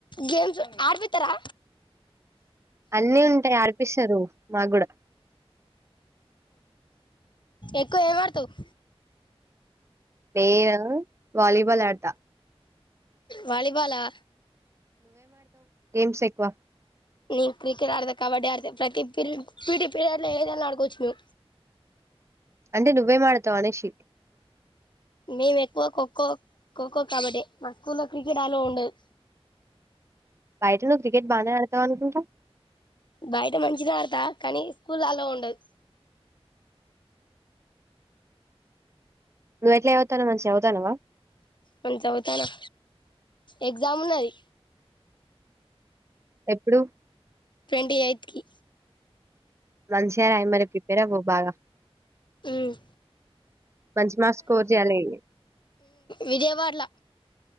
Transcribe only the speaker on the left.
గేమ్స్ ఆ పెతరా
ఎక్కువ ఏం వాడుతావ్
వాలిబాలా
న క్రికెట్ ఆడతే కబడ్డీ ఆడితే ప్రతి ప పీడి పీరియడ్ లో ఏదైనా ఆడుకోవచ్చు మ
మేము ఎక్కువ ఖోఖో ఖోఖో కబడ్డీ మా స్కూల్లో లో క్రికెట్ ఆలో ఉండదు
బయట మంచిగా ఆడతా కానీ స్కూల్ లో అల్లో ఉండదు
మంచిగా చదువుతానా ఎగ్జామ్ ఉన్నది
ట్వెంటీ ఎయిత్ కి
ఉమ్
విజయవాడలో